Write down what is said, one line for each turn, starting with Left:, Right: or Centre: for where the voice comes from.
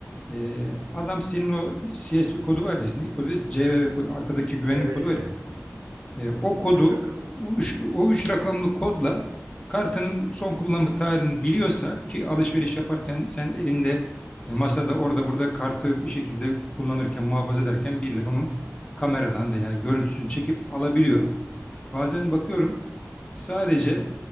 Left: e, adam senin o C S CSP kodu var ya, ne kodu? C V V kodu, arkadaki güvenlik
Right: YVC
Left: kodu var ya. E, o kodu,
Right: 3 rakamlı.
Left: o üç, o üç rakamlı kodla kartının son kullanma tarihini biliyorsa ki alışveriş yaparken sen elinde e, masada orada burada kartı bir şekilde kullanırken, muhafaza ederken birileri onun kameradan veya görüntüsünü çekip alabiliyor. Bazen bakıyorum Sadece